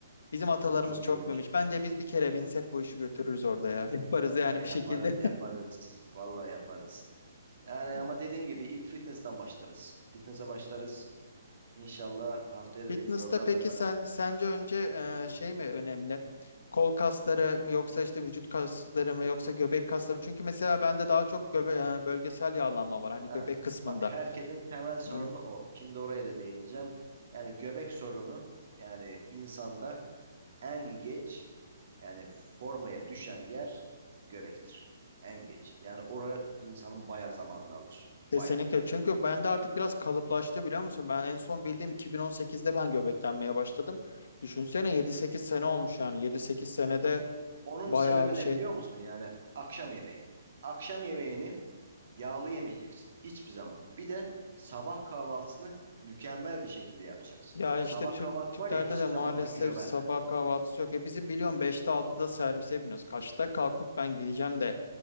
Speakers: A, on the left; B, on the right.
A: Bizim atalarımız
B: Bence çok
A: çok
B: iyi olur.
A: binmiş. Bence biz bir kere binsek bu işi götürürüz orada ya. <laughs> Yaparız yani
B: Ya
A: bir
B: yaparız
A: şekilde.
B: yaparız. Vallahi yaparız. Yani
A: <laughs>
B: ama dediğim gibi ilk fitness'ten başlarız. Fitness'e başlarız. İnşallah haftaya da
A: Fitness'ta
B: bir program
A: peki
B: yaparız.
A: sen sence önce e, şey mi önemli? Kol kasları mı yoksa işte vücut kasları mı yoksa göbek kasları mı? Çünkü mesela bende daha çok göbe e, bölgesel yağlanma var hani
B: Ha,
A: göbek kısmında.
B: Bak herkesin temel sorunu
A: Hı.
B: o. Şimdi oraya da değineceğim. Yani göbek sorunu yani insanda en geç yani formaya düşen yer göbektir. En geç. Yani oraya insanın baya zamanını alır.
A: Kesinlikle.
B: Baya.
A: Çünkü bende artık biraz kalıplaştı biliyor musun? Ben en son bildiğim 2018'de ben göbeklenmeye başladım. Düşünsene 7-8 sene olmuş yani. 7-8 senede
B: Onun
A: bayağı
B: sebebi
A: bir şey.
B: ne biliyor musun? Yani akşam yemeği. Akşam yemeğini yağlı yemeyeceksin. Hiçbir zaman. Bir de sabah kahvaltısını mükemmel bir şekilde yapacaksın.
A: Ya
B: Sabah
A: işte Türk
B: kahvaltı
A: Türklerde
B: var ya hiçbir
A: de maalesef
B: zaman sana kilo vermez.
A: sabah kahvaltısı yok. E bizi biliyorsun beşte altıda servise biniyoruz. Kaçta kalkıp ben gideceğim de